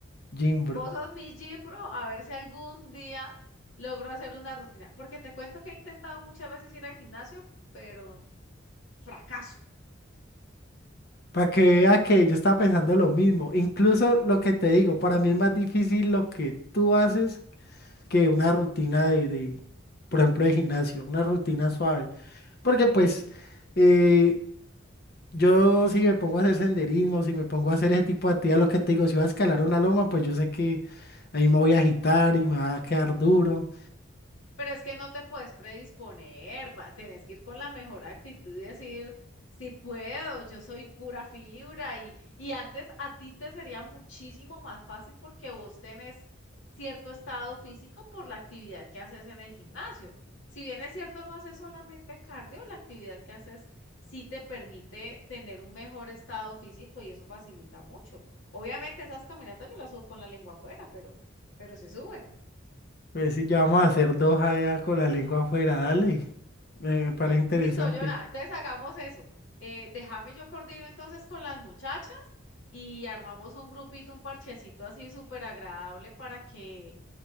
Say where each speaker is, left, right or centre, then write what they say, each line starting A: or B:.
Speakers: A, on the left (about 50°); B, on the left (about 80°).
A: Jimbro.
B: Vos sos mi gym bro, a ver si algún día logro hacer una rutina. Porque te cuento que he intentado muchas veces ir al gimnasio, pero fracaso.
A: Para que vea que yo estaba pensando lo mismo. Incluso lo que te digo, para mí es más difícil lo que tú haces que una rutina de, de, por ejemplo, de gimnasio, una rutina suave. Porque pues eh, yo si me pongo a hacer senderismo, si me pongo a hacer ese tipo de actividades, lo que te digo, si voy a escalar una loma, pues yo sé que ahí me voy a agitar y me va a quedar duro.
B: Pero es que no te puedes predisponer, va- tenés que ir con la mejor actitud y decir, si puedo, yo soy pura fibra y, y antes a ti te sería muchísimo más fácil porque vos tenés cierto estado físico por la actividad que haces en el gimnasio. Si bien es cierto, no haces solamente cardio, la actividad que haces sí te permite tener un mejor estado físico y eso facilita mucho. Obviamente esas caminatas yo las subo con la lengua afuera, pero, pero se suben.
A: Pues sí, ya vamos a hacer dos allá con la lengua afuera, dale. Me me parece interesante.
B: Listo, Jonah. Entonces hagamos eso. Eh, déjame yo coordino entonces con las muchachas y armamos un grupito, un parchecito así súper agradable para que